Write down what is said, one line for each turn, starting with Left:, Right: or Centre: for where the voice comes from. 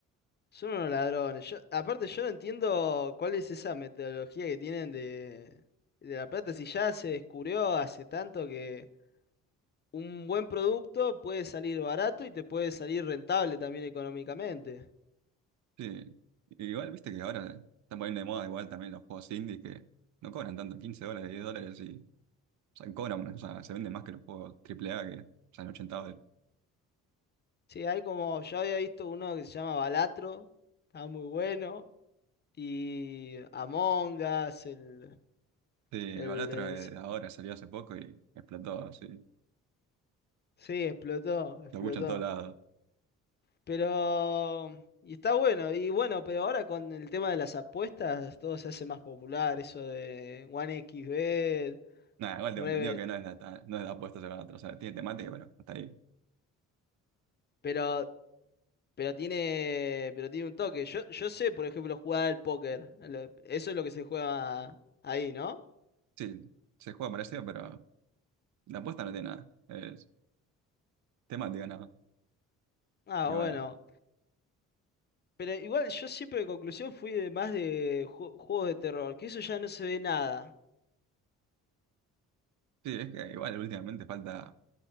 Left: Son unos ladrones. Yo, aparte yo no entiendo cuál es esa metodología que tienen de, de la plata, si ya se descubrió hace tanto que un buen producto puede salir barato y te puede salir rentable también económicamente.
Right: Sí, igual viste que ahora están poniendo de moda igual también los juegos indie que no cobran tanto, 15 dólares, 10 dólares y, o sea, cobran, o sea, se venden más que los juegos AAA que salen 80 dólares.
Left: Sí, hay como, yo había visto uno que se llama Balatro, estaba muy bueno. y Among Us, el,
Right: Sí, el
Left: el,
Right: Balatro
Left: es-
Right: de ahora salió hace poco y explotó, sí,
Left: sí, explotó, explotó.
Right: lo escuchan en todos lados.
Left: Pero, y está bueno, y bueno, pero ahora con el tema de las apuestas, todo se hace más popular, eso de OneXBet,
Right: Nada, igual
Left: Reve-
Right: tengo entendido que no es de, no es de apuestas el Balatro, o sea, tiene temática, pero hasta ahí.
Left: pero, pero tiene, pero tiene un toque. Yo, yo sé, por ejemplo, jugar al póker, a lo- eso es lo que se juega ahí, ¿no?
Right: Sí, se juega parecido, pero la apuesta no tiene nada. Es temática nada. más.
Left: Ah,
Right: igual.
Left: bueno. Pero igual yo siempre en conclusión fui de más de ju- juegos de terror, que eso ya no se ve nada.
Right: sí, es que igual últimamente falta